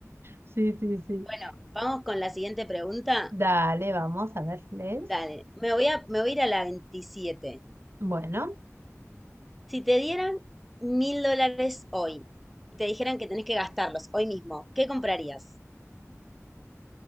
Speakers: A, on the right; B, in the centre.
A: sí, sí, sí.
B: Bueno, vamos con la siguiente pregunta.
A: Dale, vamos a verles
B: Dale, me voy a, me voy a ir a la 27.
A: Bueno.
B: Si te dieran mil dólares hoy y te dijeran que tenés que gastarlos hoy mismo, ¿qué comprarías?